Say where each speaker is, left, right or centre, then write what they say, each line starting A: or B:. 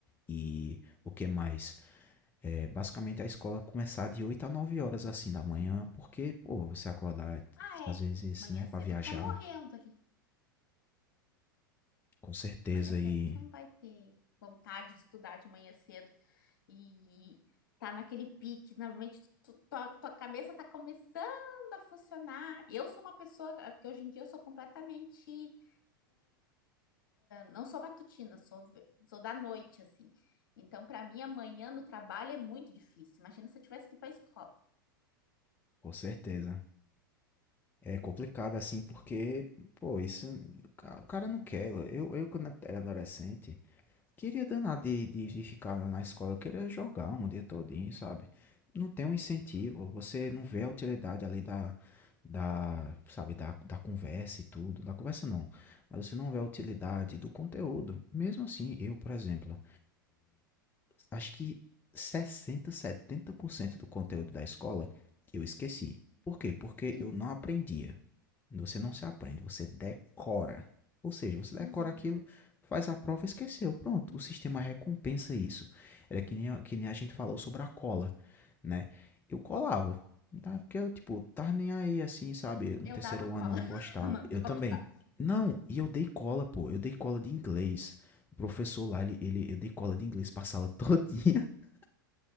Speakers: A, on the left; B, on the left.
A: E o que mais? É, basicamente a escola começar de 8 a 9 horas, assim, da manhã, porque, pô, você acordar
B: Ah,
A: às
B: é,
A: vezes,
B: de manhã
A: né,
B: cedo
A: para viajar
B: tu tá morrendo ali.
A: Com certeza,
B: De manhã cedo
A: e
B: tu não vai ter vontade de estudar de manhã cedo e tá naquele pique, normalmente tu, tua, tua cabeça tá começando a funcionar. Eu sou uma pessoa que hoje em dia eu sou completamente não sou matutina, sou, sou da noite, assim. Então, para mim, amanhã no trabalho é muito difícil. Imagina se eu tivesse que ir para a escola.
A: com certeza. É complicado assim, porque, pô, isso ca- o cara não quer. Eu, eu quando era adolescente, queria danar de, de, de ficar na escola, eu queria jogar um dia todinho, sabe? Não tem um incentivo, você não vê a utilidade ali da, da, sabe, da, da conversa e tudo. Da conversa não, mas você não vê a utilidade do conteúdo. Mesmo assim, eu, por exemplo. acho que sessenta, setenta por cento do conteúdo da escola eu esqueci. Por quê? Porque
B: Sim,
A: eu não
B: sim.
A: aprendia. Você não se aprende, você decora. Ou seja, você decora
B: Uhum.
A: aquilo, faz a prova e esqueceu. Pronto, o sistema recompensa isso. Era que nem, a- que nem a gente falou sobre a cola, né? Eu colava, tá? Porque eu, tipo, tava nem aí assim, sabe? No
B: Eu
A: terceiro
B: dava cola,
A: ano eu não
B: <laughs>
A: gostava.
B: uma
A: Eu
B: cola.
A: também. Não, e eu dei cola, pô. Eu dei cola de inglês. O professor lá, ele, ele, eu dei cola de inglês pra sala todinha. <laughs>